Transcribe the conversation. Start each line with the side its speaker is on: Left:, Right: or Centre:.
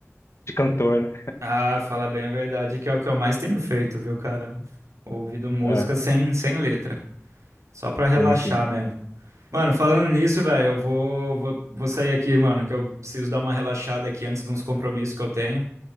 Left: de cantor, né?
Right: Ah, fala bem a verdade, que é o que eu mais tenho feito, viu, cara? Ouvido música
Left: É,
Right: sem, sem letra, só pra relaxar
Left: sim, sim.
Right: mesmo. Mano, falando nisso, velho, eu vou, vou, vou sair aqui, mano, que eu preciso dar uma relaxada aqui antes de uns compromissos que eu tenho.